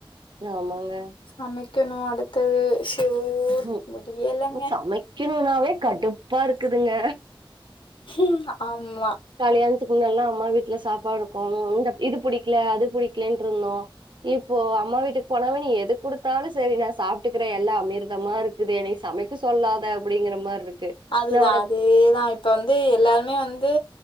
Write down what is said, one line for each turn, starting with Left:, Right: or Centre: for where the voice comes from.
Right: ஆமாங்க
Left: சமைக்கணு அடுத்தது ஷோ
Right: ம்
Left: முடியலங்க.
Right: சமைக்கணுனாவே கடுப்பா இருக்குதுங்க
Left: ம் ஆம்மா
Right: கல்யாணத்துக்கு முன்னலா அம்மா வீட்ல சாப்பாடுருக்கு இந்த இது புடிக்கல அது புடிக்கலன்ட்டிருந்தோ இப்போ அம்மா வீட்டுக்கு போனவே நீ எது குடுத்தாலு சரி நா சாப்ட்டுக்கறே எல்லா அமிர்தமா இருக் குது என்ன நீ சமைக்க சொல்லாத அப்டிங்கற மாரி இருக்கு
Left: அதுதா
Right: நா உனக்கு
Left: அதேதா இப்ப வந்து எல்லாமே வந்து